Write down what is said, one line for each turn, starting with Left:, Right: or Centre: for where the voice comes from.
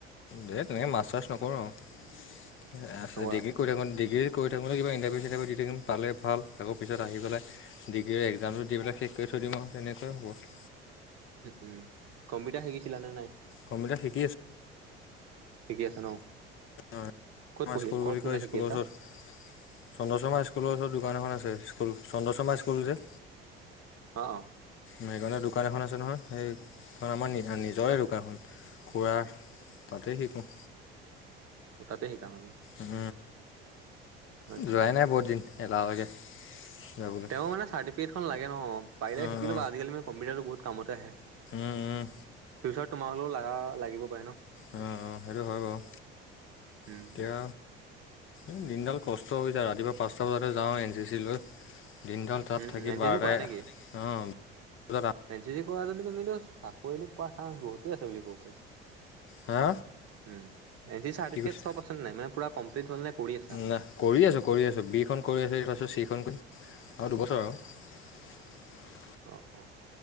Left: দেই তেনে মাষ্টাৰ্চ নকৰো আৰু আছে
Right: নকৰা?
Left: ডিগ্ৰী কৰি থাকোঁ ডিগ্ৰী কৰি থাকোঁতে কিবা ইণ্টাৰভিউ চিনটাৰভিউ দি থাকিম, পালেই ভাল। আকৌ পিছত আহি পেলাই ডিগ্ৰী এক্সামটো দি পেলাই শেষ কৰি থৈ দিম আৰু তেনেকোৱাই হ'ব।
Right: উম উম, কম্পিউটাৰ শিকিছিলা নে নাই?
Left: কম্পিউটাৰ শিকি আছো।
Right: শিকি আছে ন?
Left: অঁ
Right: ক'ত পঢ়ি
Left: স্কুল
Right: ক'ত
Left: বুলি
Right: মানে
Left: কয়,
Right: শিকি
Left: স্কুলৰ
Right: আছা?
Left: ওচৰত চন্দ্ৰশৰ্মা স্কুলৰ ওচৰত দোকান এখন আছে। স্কুল চন্দ্ৰশৰ্মা স্কুল যে?
Right: অঁ।
Left: মেঘালয় দোকান এখন আছে নহয়, সেইখন আমাৰ নি নিজৰে দোকানখন। খোৰা, তাতেই শিকোঁ।
Right: তাতে সিকা মানে?
Left: উম,
Right: আচ্ছা।
Left: যোৱাই নাই বহুত দিন এলাহ লাগে যাবলৈ।
Right: অ মানে চাৰ্টিফিকেট লাগে ন, পাৰিলে
Left: অঁ
Right: শিকিলবা, আজিকালি মানে কম্পিটাৰটো বহুত কামতে আহে।
Left: উম, উম।
Right: ফিউচাৰ তোমাৰ হ'লেও লাগা লাগিব পাৰে ন।
Left: অঁ অঁ সেইটো হয় বাৰু।
Right: উম,
Left: এতিয়া এই দিনডাল কষ্ট হৈ যায় ৰাতিপুৱা পাঁচটা বজাতে যাওঁ এন চি চি লৈ। দিনডাল তাত
Right: উম,
Left: থাকি
Right: উম, এন চি
Left: বাৰে
Right: চি কৰা নেকি?
Left: অঁ,
Right: এন চি জি কৰা যদি তুমিতটো চাকৰি পোৱা চান্স বহুত। সিকি আছোবুলি কব পাৰি।
Left: হা
Right: উম চাৰ্টিফিকেট
Left: কি কৈছে
Right: আছে নাই মানে পূৰা কম্লিট হ'লনে কৰি আছা?
Left: না কৰি আছোঁ, কৰি আছোঁ, বিখন কৰি আছো তাৰপিছত চিখন কৰি অঁও দুবছৰ আৰু। <inaudible>
Right: অঁ অঁ,